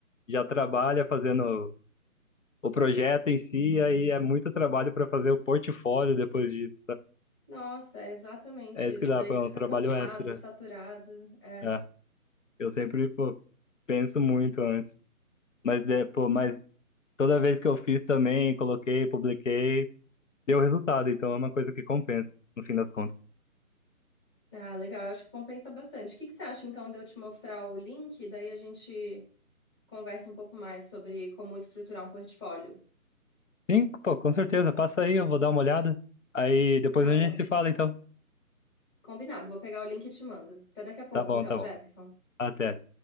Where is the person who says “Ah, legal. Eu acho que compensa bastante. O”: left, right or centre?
Left